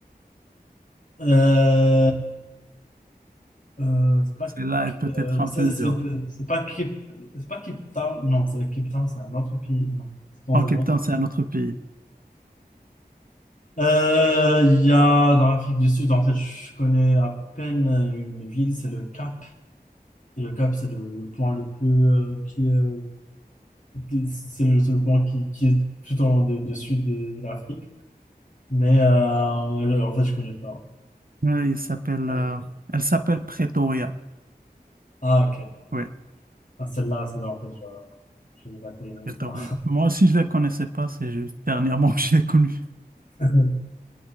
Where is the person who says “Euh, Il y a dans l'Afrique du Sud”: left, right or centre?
Left